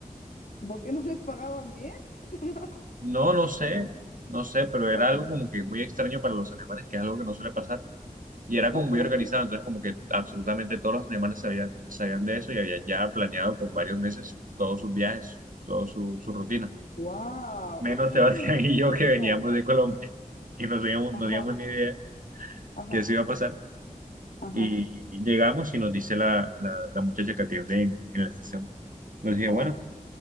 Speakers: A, on the left; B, on the right.
A: ¿Por qué no les pagaban bien? <laughs>
B: No, no sé,
A: Ajá,
B: no sé, pero era
A: ok,
B: algo como que muy extraño para los alemanes, que es algo que no suele pasar. Y era como
A: ok,
B: muy organizado,
A: ok.
B: entonces como que absolutamente todos los animales sabían, sabían de eso y había ya planeado con varios meses todos sus viajes, toda su, su rutina.
A: Wow,
B: Menos
A: y justo
B: <laughs> Sebastián
A: llegaste
B: y yo
A: ese
B: que
A: día.
B: veníamos de Colombia <laughs> y no teníamos,
A: Ajá,
B: no teníamos ni idea
A: ajá,
B: que eso iba a pasar.
A: ajá,
B: Y llegamos y nos dice la, la, la muchacha que atiende en, en la estación. Nos dice,
A: ajá,
B: bueno,